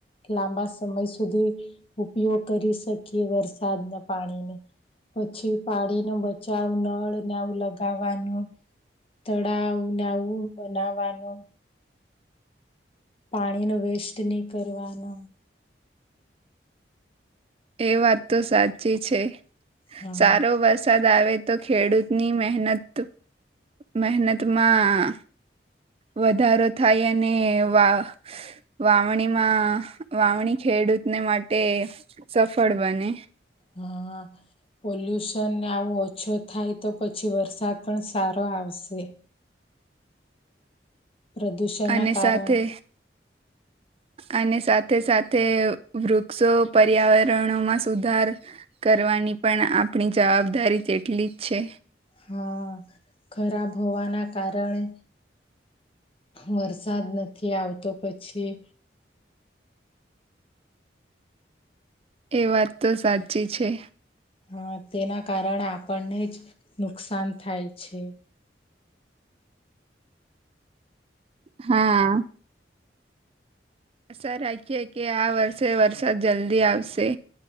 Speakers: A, on the left; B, on the right.
A: લાંબા સમય સુધી ઉપયોગ કરી શકીએ વરસાદના પાણીને પછી પાણી ન બચાવ નળને આવ લગાવવાનું ત તાવું ના આવું બનાવવાનું પાણીનો વેસ્ટ નહી કરવાનો
B: એ વાત તો સાચી છે
A: હા
B: સારો બસ વરસાદ આવે તો ખેડૂતની મહેનત મહેનતમાં વધારો થાય અને વા વાવણીમાં વાવણી ખેડ ખેડૂતને માટે સફળ બને
A: હા પલ્યુશન આવું ઓછ થાય તો પછી વરસાદ પણ સારો આવશે પ્રદૂષણના
B: અને
A: કારણે
B: સાથે અને સાથે સાથે વૃક્ષો પર્યાવરણોમાં સુધાર કરવાની પણ આપણી જવાબદારી તેટલી જ છે
A: હા ખરાબ હોવાના કારણે વરસાદ નથી આવતો પછી
B: એ વાત તો સાચી છે
A: હા તેના કારણે આપણને જ નુકસાન થાય છે
B: હા આશા રાખીએ કે આ વર્ષે વરસાદ જલ્દી આવશે